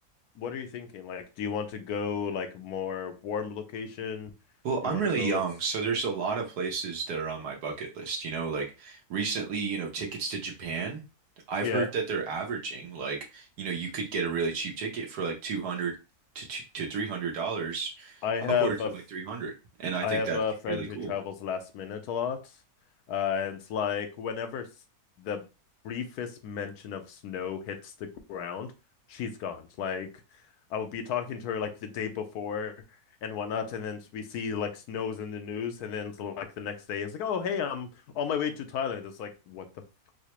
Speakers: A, on the left; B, on the right.
A: what are you thinking? Like, do you want to go like more warm location? Do
B: Well, I'm
A: you want
B: really
A: to go
B: young,
A: at s-
B: so there's a lot of places that are on my bucket list. You know, like recently, you know, tickets to Japan. I've
A: yeah,
B: heard that they're averaging like, you know, you could get a really cheap ticket for like 200 to two, to 300 dollars,
A: I have
B: upwards
A: a
B: of like 300. And I
A: I
B: think
A: have
B: that's
A: a friend
B: really
A: who
B: cool.
A: travels last minute a lot. Uh, and it's like whenever s- the briefest mention of snow hits the ground, she's gone. It's Like I will be talking to her like the day before and whatnot, and then we see like snows in the news, and then it's like the next day it's like, oh hey, I'm on my way to Thailand. It's like what the f-